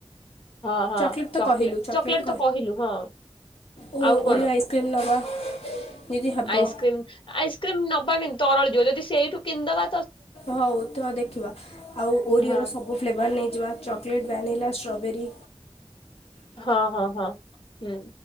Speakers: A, on the left; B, on the left.
A: ହଁ ହଁ
B: ଚକୋଲେଟ୍ ତ
A: ଚଲେ
B: କହିଲୁ ଚକୋଲେଟ୍
A: ଚକୋଲେଟ ତ କହିଲୁ ହଁ
B: ଓ
A: ଆଉ କଣ
B: ଓରିଓ ଆଇସ୍କ୍ରିମ୍ ନେବା ଯଦି ହେବ
A: ଆଇସ୍କ୍ରିମ ଆସ୍କ୍ରିମ୍ ନବା। କେ ତରଳ ଯିବ ଯଦି ସେଇଠୁ କିନ୍ଦବା।
B: ହଉ ତ ଦେଖିବା ଆଉ ଓରିଓର
A: ହଁ
B: ସବୁ ଫ୍ଲେଭର ନେଇଯିବା ଚକୋଲେଟ୍ ଭାନିଲା। ଷ୍ଟ୍ରବେରି।
A: ହଁ ହଁ ହଁ। ହୁଁ।